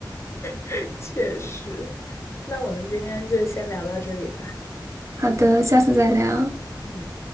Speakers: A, on the left; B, on the right.
A: <laughs> 确实，那我们今天就先聊到这里吧。
B: 好的，下次再聊。
A: 嗯。